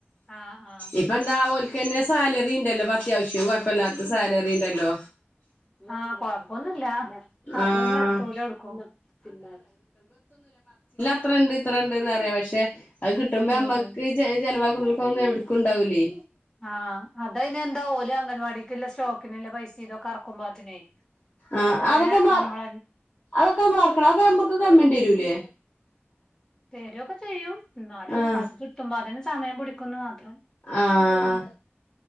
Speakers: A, on the left (about 15°); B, on the left (about 45°).
A: ആഹ് ആഹ്
B: ഇപ്പന്താ ഓല്ക്കന്നെ സാലറി യില്ലെ അത്യാവശ്യം കൊഴപ്പല്ലാത്ത സാലറിണ്ടല്ലോ
A: ആഹ്കൊഴപ്പൊന്നുല്ല അതൊന്നു
B: ആഹ്
A: എത്തൂല ഏടുക്കും പിന്നെ
B: ഇത്രണ്ട് ഇത്രണ്ട് ന്ന്പറയാ പക്ഷെ അത് കിട്ടുമ്പോ നമ്മക്ക്
A: ഉം
B: ചെ ചെലവാ ങ്ങക്കാവൊന്നും എവിടക്കുണ്ടാവില്ലേ
A: ആഹ് അതയ്നന്താ ഓല് അംഗൻവാടിക്ക്ല്ലെ സ്റ്റോക്കിന്ല്ല പൈസിം ഇതൊക്കെ എറക്കുമ്പോത്തിനെ
B: ആഹ്
A: കൊറെ
B: അതൊക്കെ മാ
A: നമ്മള
B: അതൊക്കെ ഞമ്മള് അറ്ക്കണം നമ്മക്ക് ഗവണ്മെന്റെരൂല്ലേ
A: തെരൊക്കെ ചെയ്യും എന്നാലും
B: ആഹ്
A: അത് കിട്ടുമ്പോത്തിന് സമയം പിടിക്കുംന്ന് മാത്രം
B: ആഹ്